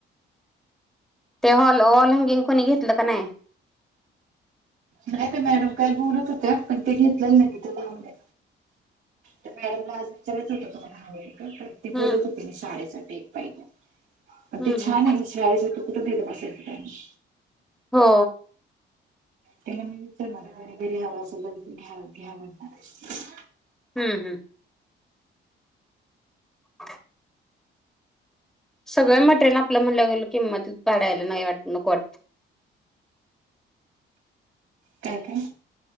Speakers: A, in the centre; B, on the right (about 80°).
A: ते हॉल हॉल हँगिंग कोणी घेतलं का नाही
B: नाही ते मॅडम काल बोलत होत्या पण ते घेतलेलं नाही ते लावण्या तर मॅडमला आज विचारायच होत तुम्हाला हव आहे का ते
A: हम्म
B: बोलत होती शाळेसाठी एक पाहिज पण
A: हम्म
B: ते छान
A: हम्म
B: आहे शाळेसाठी कुठे देत बसायच त्यांना
A: हो
B: त्यांना मी विचारणार आहे घरी हवा असेल तर घ्या घ्या म्हणणार आहे
A: हम्म हम्म <inaudible> सगळं मटेरिल आपलं म्हणलं गेल किंमत पाडायला नाही वाटत नको वाटत
B: काय काय